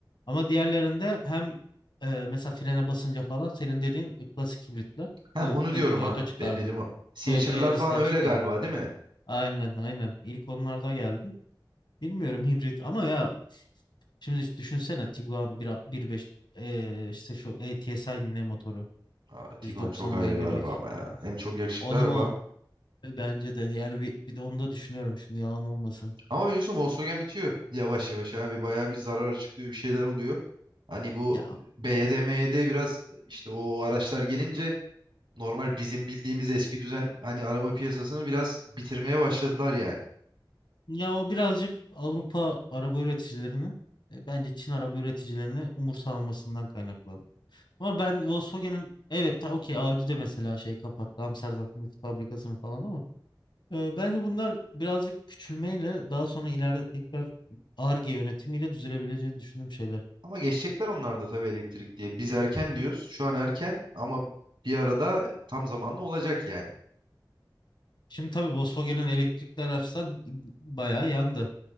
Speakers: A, on the left (about 70°); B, on the right (about 80°).
A: Ama diğerlerinde hem e, mesela frene basınca falan senin dediğin klasik hibritler.
B: Heh,
A: Bu
B: onu
A: ilk
B: diyorum
A: Toyota
B: ha.
A: çıkardı.
B: Benim dediğim o. CHR'lar
A: Toyota Yaris'ler
B: falan öyle
A: çıkardı.
B: galiba değil mi?
A: Aynen aynen. İlk onlarda geldi. Bilmiyorum hibrit ama ya şimdi düşünsene Tiguan bir 1.5 e, işte şu ATSI mi ne motoru
B: Aa, Tiguan
A: 190
B: çok ayrı
A: beygirlik.
B: bir araba ama ya. Hem çok yakışıklı
A: Onu
B: araba.
A: mu E, bence de yani bir, bir de onu da düşünüyorum şimdi yalan olmasın.
B: Ama biliyorsun Volkswagen bitiyor. Yavaş yavaş abi. Bayağı bir zarar açıklıyor bir şeyler oluyor. Hani bu
A: Ya
B: BYD, MYD biraz işte o araçlar gelince normal bizim bildiğimiz eski düzen hani araba piyasasını biraz bitirmeye başladılar yani.
A: Ya o birazcık Avrupa araba üreticilerinin e, bence Çin araba üreticilerini umursamamasından kaynaklandı. Ama ben Volkswagen'in evet ta okey Audi de mesela şey kapattı Amsterdam'daki fabrikasını falan ama e, bence bunlar birazcık küçülmeyle daha sonra ileride tekrar Ar-Ge yönetimiyle düzelebileceğini düşündüğüm şeyler.
B: Ama geçecekler onlar da tabii elektrik diye. Biz erken diyoruz. Şu an erken ama bir arada tam zamanlı olacak yani.
A: Şimdi tabii Volkswagen'in elektrikli araçtan bayağı yandı.